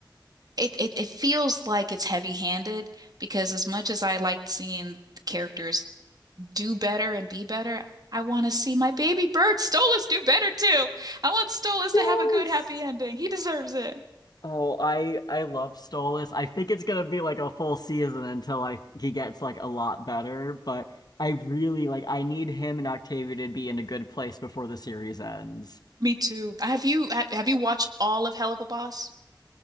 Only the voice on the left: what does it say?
Yes.
Oh, I I love Stolas. I think it's gonna be like a full season until I he gets like a lot better, but I really like I need him and Octavia to be in a good place before the series ends.